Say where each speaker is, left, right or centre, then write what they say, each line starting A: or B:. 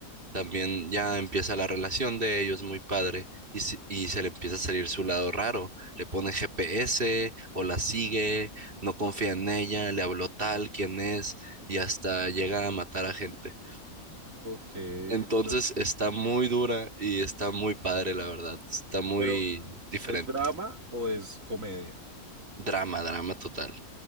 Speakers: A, on the right (about 40°); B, on the right (about 65°).
A: También ya empieza la relación de ellos muy padre y, si- y se le empieza a salir su lado raro. Le pone GPS o la sigue, no confía en ella, le habló tal, quién es y hasta llega a matar a gente.
B: Ok,
A: Entonces
B: pero,
A: está muy dura y está muy padre, la verdad. Está muy
B: pero
A: diferente.
B: ¿es drama o es comedia?
A: Drama, drama total.